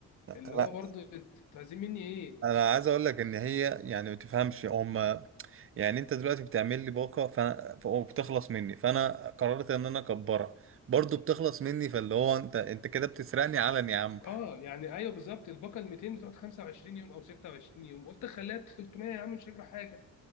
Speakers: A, on the left; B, on the right.
A: اللي
B: لا
A: هو برضه انتوا عايزين مني ايه
B: انا عايز اقول لك ان هي يعني ما تفهمش هم يعني انت دلوقتي بتعمل لي باقة فانا ف- وبتخلص مني فانا قررت ان انا اكبرها برضو بتخلص مني فاللي هو انت انت كده بتسرقني علن يا عم
A: اه يعني ايوه بالظبط الباقه ال 200 بتقعد 25 يوم او 26 يوم قلت خليها 300 يا عم مش هجرى حاجه